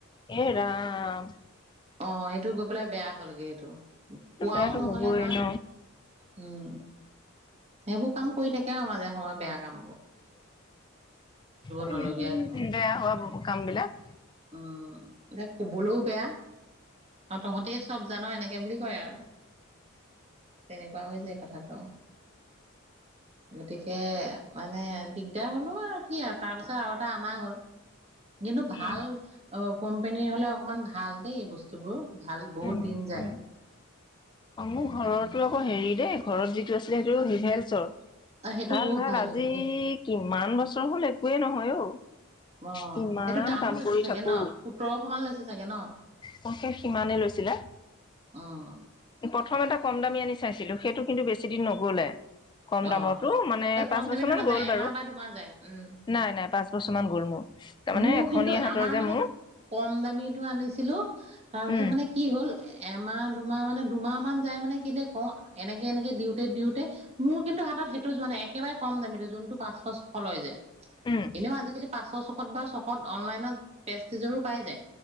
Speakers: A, on the left (about 20°); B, on the right (about 30°).
A: এৰাম।
B: অ এইটো গৈ পেলাই বেয়া হ'লগে সেইটো।
A: সেইটো
B: কোৱাও
A: বেয়াটো
B: নহলে
A: হ'বই
B: মাক
A: ন।
B: উম সেইবোৰ। কাম কৰি থাকে আউ মাজে সময় বেয়া কাম।
A: উম
B: নলগীয়া একো
A: বেয়া হোৱা বোৰ। মোৰ কামবিলাক।
B: উম এতিয়া কবলৈও বেয়া তহঁতহতিয় চব জানো এনেকে বুলি কয় আৰু তেনেকুৱা হৈ যায়। কথাটো গতিকে মানে দিগদাৰ হলো আৰু কি আৰু তাৰ পিছত আৰু এটা অনা হল। কিন্তু ভাল।
A: উম
B: অ কোম্পানীৰ হলে অকণমান ভাল দেই বস্তুবোৰ। ভাল বহুত
A: উম
B: দিন যায়।
A: উম অ মোৰ ঘৰৰতো আকৌ হেৰি দেই। ঘৰত যিটো আছিলে সেইটো হিভেলছৰ।
B: অ সেইটো
A: ভাল
B: বহুত
A: ভাল আজি
B: কিন্তু দেই
A: কিমান বছৰ হল একোৱেই নহয় অ,
B: অ
A: কিমান
B: সেইটো দামো
A: কাম
B: লৈছে
A: কৰি
B: চাগে
A: থাকো,
B: ন সোতৰশ মান লৈছে চাগে ন
A: কশেষ সিমানে লৈছ।
B: অ'হ।
A: প্ৰথম এটা কম দামী আনি চাইছিলো সেইটো কিন্তু বেছি দিন নগলে। কম দামৰটো
B: অ
A: মানে
B: এই
A: পাঁচ
B: কম দামীটো
A: বছৰ মান
B: নাযায়
A: গ'ল
B: এমাহ
A: বাৰু
B: বা দুমাহ যায়, উম
A: নাই নাই পাঁচ বছৰ মান গ'ল মোৰ তাৰমানে
B: মোৰ
A: এখনীয়া
B: কিন্তু
A: হাতৰ
B: আমাৰ
A: যে
B: মানে
A: মোৰ
B: কম দামীটো আনিছিলো। তাৰপিছত
A: উম
B: মানে কি হল এমাহ। দুমাহ মানে দুমাহ মান যাই মানে কিলে কওঁ। এনেকে এনেকে দিওঁতে দিওঁতে। মোৰ কিন্তু হাতত সেইটো যোৱা নাই। একেবাৰে কম দামীতো যোনটো পাঁচ ছশ লয় যে।
A: উম
B: এনেও আজিকালি পাঁচশ চক। ত বা ছশত অনলাইনত পেষ্টিজোৰো পাই যায়।